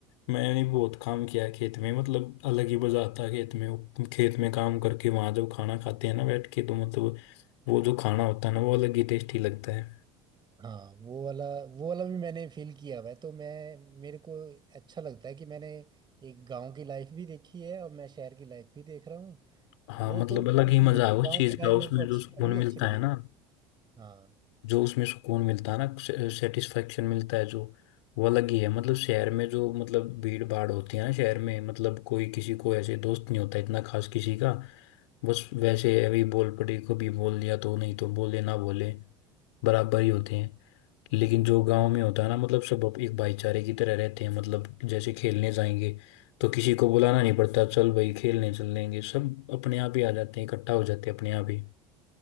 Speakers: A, on the left; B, on the right.
A: मैंने बहुत काम किया है खेत में मतलब अलग ही मजा आता है खेत में वो- खेत में काम करके वहां जो खाना खाते हैं ना बैठ के तो मतलब वो जो खाना होता है ना वो अलग ही टेस्टी लगता है
B: हाँ वो वाला वो वाला भी मैंने फील किया हुआ है तो मैं मेरे को अच्छा लगता है कि मैंने एक गांव की लाइफ भी देखी है और मैं शहर की लाइफ भी देख रहा हूँ
A: हाँ
B: वो
A: मतलब
B: तो
A: अलग ही
B: ये
A: मजा
B: है कि
A: है उस
B: गांव
A: चीज
B: की लाइफ
A: का
B: मेरे
A: उसमें
B: को अच्छी
A: जो सुकून
B: अभी भी
A: मिलता
B: अच्छी लगी
A: है ना
B: हाँ
A: जो उसमें सुकून मिलता है ना सेटिस्फेक्शन मिलता है जो वो अलग ही है मतलब शहर में जो मतलब भीड़ भाड़ होती है ना शहर में मतलब कोई किसी को ऐसे दोस्त नहीं होता इतना खास किसी का बस वैसे है, अभी बोल पड़े को भी बोल दिया तो नहीं तो बोले ना बोले बराबर ही होते हैं लेकिन जो गांव में होता है ना मतलब सब अप- एक भाईचारे की तरह रहते हैं मतलब जैसे खेलने जाएंगे तो किसी को बुलाना नहीं पड़ता चल भाई खेलने चल लेंगे सब अपने आप ही आ जाते हैं इकट्ठा हो जाते हैं अपने आप ही